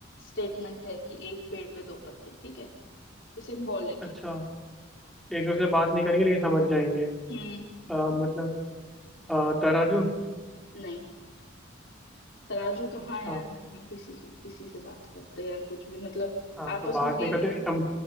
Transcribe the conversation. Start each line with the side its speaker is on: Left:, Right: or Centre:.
Left: स्टेटमेंट है कि एक पेड़ पे दो पत्ते ठीक है ये सिंबॉलिक
Centre: अच्छा
Left: है
Centre: एक दूसरे से बात नहीं करेंगे लेकिन समझ जाएंगे
Left: हम्म
Centre: अह, मतलब अह, तराजू
Left: नहीं तराजू कहाँ
Centre: अच्छा
Left: है यार कहाँ किसी किसी से बात करते हैं या कुछ भी मतलब
Centre: हाँ
Left: आपस
Centre: तो बात
Left: में भी
Centre: नहीं करते लेकिन सम,